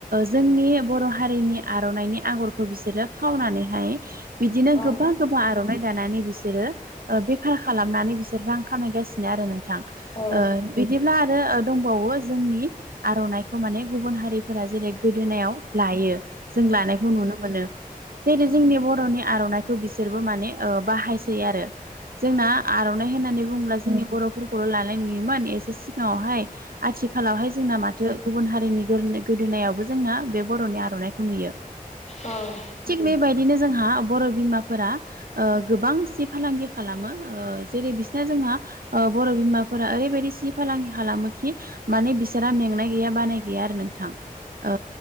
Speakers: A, on the right (about 75°); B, on the left (about 50°).
A: जोंनि बर' हारिनि आर'नाइनि आगरखौ बिसोरो खावनानैहाय बिदिनो
B: दानानै
A: गोबा गोबा आर'नाइ दानानै बिसोरो बेफार खालामनानै बिसोर रां खामायगासिनो आरो नोंथां
B: औ
A: बिदिब्ला आरो दंबावो जोंनि आर'नाइखौ माने गुबुन हारिफोरा जेरै गोदोनायाव लायो जों लानायखौ नुनो मोनो जेरै जोंनि बर'नि आर'नाइखौ बिसोरबो माने बाहायसै आरो जोंना आर'नाइ होननानै बुंब्ला जोंनि बर'फोरखौल' लानाय नुयोमोन एसे सिगाङावहाय आथिखालावहाय जोंना मा दो गुबुन हारिनि गोदो गोदोनायावबो जोंना बे बर'नि आर'नाखौ नुयो
B: औ
A: थिग बेबायदिनो जोंहा बर' बिमाफोरा ओ गोबांसि फालांगि खालामो जेरै बि दिनो जोंना बर' बिमाफोरा ओरैबायदि सि फालांगि खालामो खि माने बिसोरा मेंनाय गैया बानाय गैया आरो नोंथां ओ